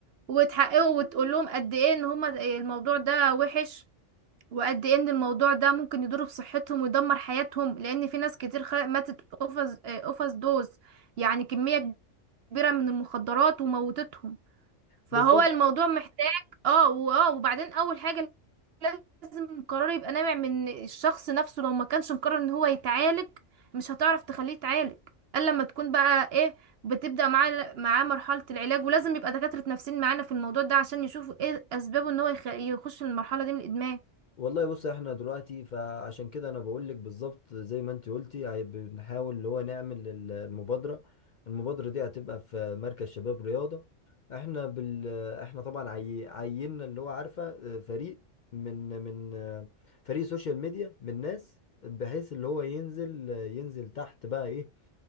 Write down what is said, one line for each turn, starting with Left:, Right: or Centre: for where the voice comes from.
Right: وتحققوا وتقول لهم قد ايه ان هما الموضوع ده وحش وقد ايه ان الموضوع ده ممكن يضر بصحتهم ويدمر حياتهم لان في ناس كتير خ- ماتت اوفر اوفر دوز يعني كميه كبيره من المخدرات وموتتهم فهو
Left: بالظبط
Right: الموضوع محتاج اه واه وبعدين اول حاجة لازم القرار يبقى نابع من الشخص نفسه لو ما كانش مقرر ان هو يتعالج مش هتعرف تخليه يتعالج الا لما تكون بقى ايه بتبدأ معاه معاه مرحلة العلاج ولازم يبقى دكاترة نفسيين معانا في الموضوع ده عشان يشوفوا ايه اسبابه ان هو يخ- يخش المرحلة دي من الادمان
Left: والله بص احنا دلوقتي فعشان كده انا بقول لك بالظبط زي ما انت قلتي هي- بنحاول اللي هو نعمل ال- المبادرة المبادرة دي هتبقى في مركز شباب رياضة احنا بال احنا طبعا عي... عيننا اللي هو عارفة اه، فريق من من اه، فريق سوشيال ميديا من ناس بحيث اللي هو ينزل ينزل تحت بقى ايه